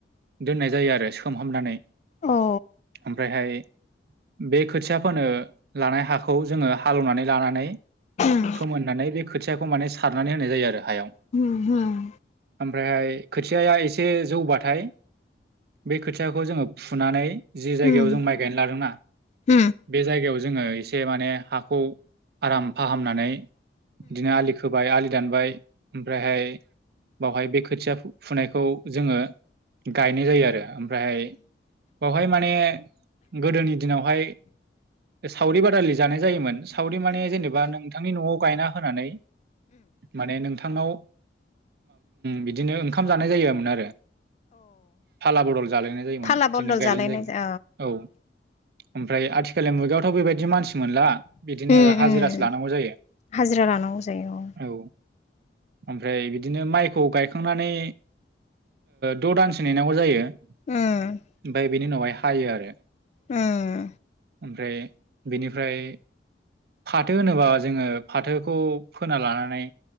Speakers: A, on the right (about 60°); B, on the left (about 40°).
A: दोननाय जायो आरो सोमहामनानै
B: औ
A: ओमफ्रायहाय बे खोथिया फोनो लानाय हाखौ जोङो हालेवनानै लानानै
B: उम
A: फोमोननानै बे खोथियाखौ माने सारनानै होनाय जायो आरो हायाव
B: उम उम
A: ओमफ्रायहाय खोथियाया एसे जौबाथाय बे खोथियाखौ जोङो फुनानै जि जायगायाव
B: उम
A: जों माइ गायना लादोंना
B: औ
A: बे जायगायाव जोङो एसे माने हाखौ आराम फाहामनानै बिदिनो आलि खोबाय आलि दानबाय ओमफ्रायहाय बावहाय बे खोथिया फुनायखौ जोङो गायनाय जायो आरो ओमफ्रायहाय बेावहाय माने गोदोनि दिनावहाय सावरि बादालि जानाय जायोमोन सावरि माने जेनेबा नोंथांनि न'आव गायना हो होनानै माने नोंथ बिथांनाव बिदिनो ओंखाम जानाय जायामोन आरो फाला बदल जालायनाय जायोमोन
B: फाला
A: बिदिनो
B: बदल
A: गायलायनाय
B: जालायनाय
A: जायोमोन
B: जा-
A: औ। ओमफ्राय आथिखालनि मुगायावथ' बेबायदि मानसि मोनला। बिदिनो
B: उम
A: हाजिरासो
B: उम
A: लानांगौ जायो
B: हाजिरा लानांगौ जायो
A: औ। ओमफ्राय बिदिनो माइखौ गायखांनानै द' दानसो नेनांगौ जायो ओमफ्राय
B: उम
A: बेनि उनावहाय हायो आरो।
B: उम।
A: ओमफ्राय बेनिफ्राय फाथो होनोबा जोङो फाथोखौ फोना लानानै